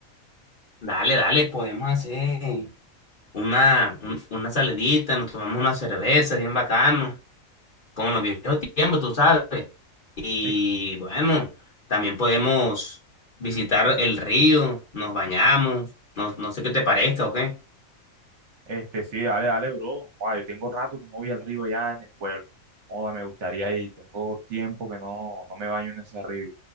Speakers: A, on the left; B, on the right.
A: Dale, dale, podemos hacer una, un- una salidita, nos tomamos una cerveza bien bacano, como en los viejos tiempos, tú sabes. Y
B: Rico.
A: bueno, también podemos visitar el río, nos bañamos, no, no sé qué te parezca o qué.
B: Este, sí, dale, dale, bro. Guau, yo tengo rato que no voy al río allá en el pueblo. Joda, me gustaría ir, tengo tiempo que no, no me baño en ese río,